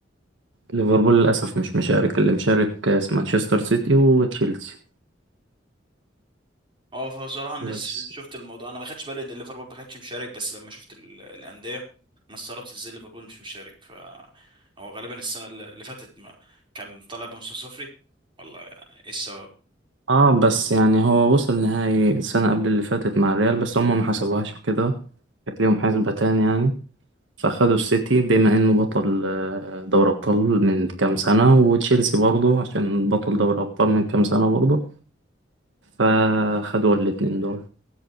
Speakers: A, on the right (about 75°); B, on the right (about 25°).
A: ليفربول للأسف مش مشارك اللي مشارك آه، مانشستر سيتي وتشيلسي
B: اه فصراحة انا لسه
A: بس
B: شفت الموضوع انا ما خدتش بالي ان ليفربول ما كانتش مشارك بس لما شفت ال- الاندية انا استغربت ازاي ليفربول مش مشارك ف هو غالبا السنة اللي اللي فاتت ما كان طالع بموسم صفري والله ايه السبب
A: اه بس يعني هو وصل نهائي السنة قبل اللي فاتت مع الريال بس هم ما حسبوهاش كده كانت ليهم حسبتان يعني فأخدوا السيتي بما إنه بطل آه، دوري أبطال من كام سنة وتشيلسي برضه عشان بطل دوري أبطال من كام سنة برضه فأخدوا الاتنين دول